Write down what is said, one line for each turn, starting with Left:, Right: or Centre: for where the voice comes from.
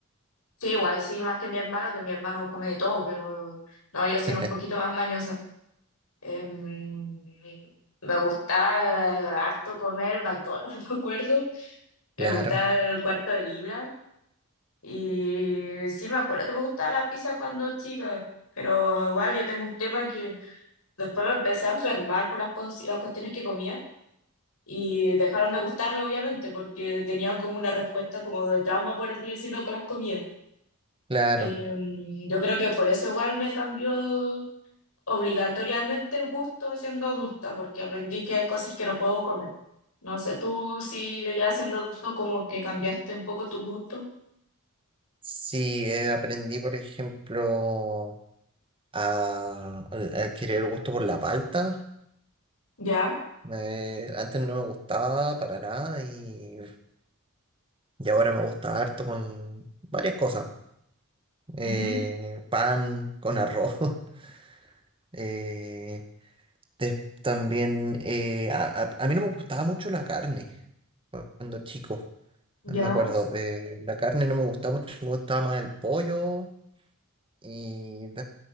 Left: Sí, igual, sí, más que mi hermano, que mi hermano come de todo, pero no, yo sí
Right: <laughs>
Left: era un poquito más mañosa. Em, me gustaba harto comer McDonald's, <laughs> me acuerdo. Me
Right: Claro,
Left: gustaba el cuarto de libra. Y sí, me acuerdo que me gustaba la pizza cuando chica, pero igual yo tengo un tema que después me empecé a enfermar por las, cos- las cuestiones que comía. Y dejaron de gustarme, obviamente, porque tenía como una respuesta como de trauma, por así decirlo, con las comidas.
Right: claro.
Left: Em, yo creo que por eso igual me cambió obligatoriamente el gusto siendo adulta, porque aprendí que hay cosas que no puedo comer. No sé, tú si ya siendo adulto como que cambiaste un poco tu gusto.
Right: Sí, eh, aprendí, por ejemplo, a, a adquirir el gusto por la palta.
Left: ¿Ya?
Right: Me- antes no me gustaba para nada y, y ahora me gusta harto con varias cosas. eh,
Left: ujú,
Right: pan con arroz. <laughs> eh, des- también eh, a, a- a mí no me gustaba mucho la carne cuando chico,
Left: ¿Ya?
Right: no me acuerdo. eh, la carne no me gustaba mucho, me gustaba más el pollo y de,